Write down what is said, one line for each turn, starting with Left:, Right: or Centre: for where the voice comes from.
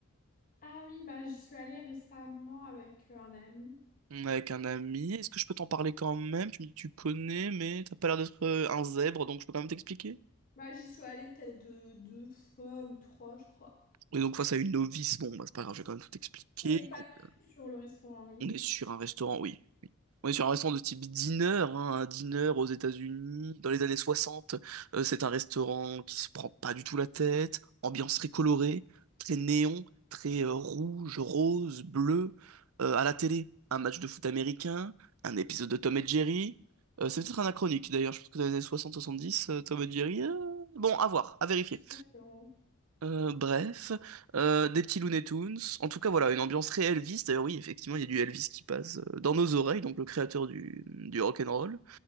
Left: Ah oui, bah j'y suis allée récemment avec euh, un ami.
Right: On est avec un ami. Est-ce que je peux t'en parler quand même? Tu me dis que tu connais, mais t'as pas l'air d'être euh, un zèbre, donc je peux quand même t'expliquer.
Left: Bah j'y suis allée peut-être euh, deux fois ou trois, je crois.
Right: Et donc face à une novice, bon, bah, c'est pas grave, je vais quand même tout t'expliquer.
Left: Je connais pas
Right: Donc,
Left: tout
Right: euh,
Left: sur le restaurant, oui.
Right: on est sur un restaurant, oui. On est sur un restaurant de type diner, hein, un diner aux États-Unis, dans les années 60. Euh, c'est un restaurant qui se prend pas du tout la tête, ambiance très colorée, très néon, très euh, rouge, rose, bleu. Euh, à la télé, un match de foot américain, un épisode de Tom et Jerry. Euh, c'est peut-être anachronique d'ailleurs, je pense que dans les années 60-70, Tom et Jerry. euh, Bon, à voir, à vérifier.
Left: Je suis pas sûre. hein.
Right: Euh, bref, euh, des petits Looney Tunes. En tout cas, voilà, une ambiance très Elvis. D'ailleurs, oui, effectivement, il y a du Elvis qui passe euh, dans nos oreilles, donc le créateur du, du rock'n'roll.